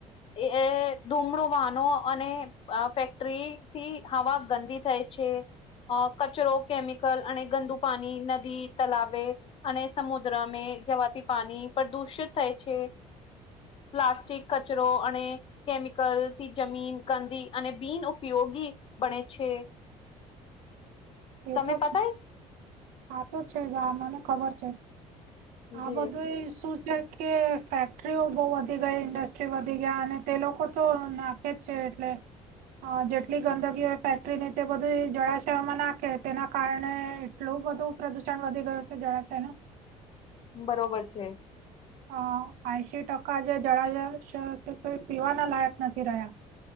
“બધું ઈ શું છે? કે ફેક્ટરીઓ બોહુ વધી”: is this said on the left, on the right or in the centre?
Right